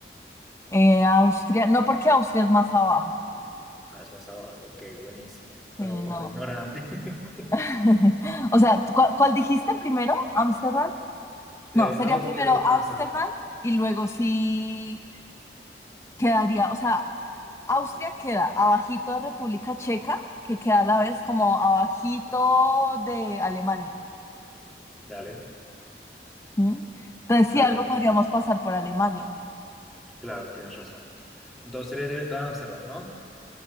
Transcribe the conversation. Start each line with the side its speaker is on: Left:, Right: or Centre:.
Left: Eh, Austria, no porque Austria es más abajo.
Centre: Ah, es más abajo. Ok, buenísimo. Pero
Left: Sí,
Centre: un
Left: no.
Centre: poco ignorante. <laughs>
Left: <laughs> O sea, ¿cuál, cuál dijiste primero? ¿Ámsterdam?
Centre: Eh,
Left: No, sería
Centre: Austria
Left: primero
Centre: y luego
Left: Ámsterdam
Centre: Ámsterdam.
Left: y luego sí quedaría, o sea, Austria queda abajito de República Checa, que queda a la vez como abajito de Alemania.
Centre: Dale,
Left: Ujú. Entonces,
Centre: dale.
Left: si algo podríamos pasar por Alemania.
Centre: Claro, tienes razón. Entonces sería directo a Ámsterdam, ¿no?